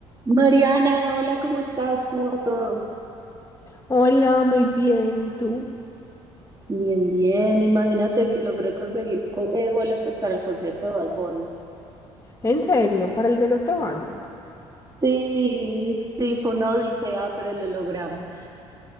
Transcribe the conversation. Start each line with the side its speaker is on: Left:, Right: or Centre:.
Right: Mariana, hola, ¿cómo estás? ¿Cómo va todo?
Left: Hola, muy bien. ¿Y tú?
Right: Bien, bien. Imagínate que logré conseguir co- eh, boletas para el concierto de Bad Bunny.
Left: En serio, para el del otro año.
Right: Sí, sí, fue una odisea, pero lo logramos.